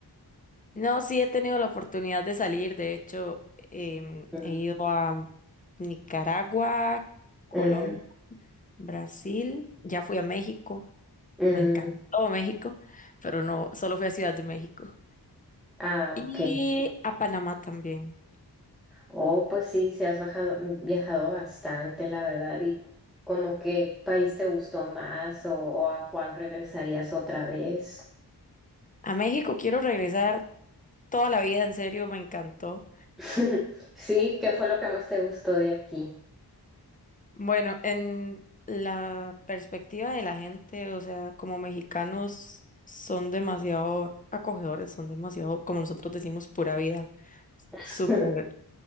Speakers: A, on the left; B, in the centre.
A: No, sí he tenido la oportunidad de salir, de hecho em,
B: Mm,
A: he ido a Nicaragua, Colombia,
B: mm,
A: Brasil, ya fui a México,
B: mm.
A: me encantó México, pero no, solo fui a Ciudad de México
B: Ah,
A: y
B: ok.
A: a Panamá también.
B: Oh, pues sí, sí has bajado- mm, viajado bastante, la verdad. ¿Y como qué país te gustó más o, o a cuál regresarías otra vez?
A: A México quiero regresar toda la vida, en serio, me encantó.
B: <laughs> Sí, ¿qué fue lo que más te gustó de aquí?
A: Bueno, en la perspectiva de la gente, o sea, como mexicanos son demasiado acogedores, son demasiado, como nosotros decimos, pura vida,
B: <laughs>
A: súper,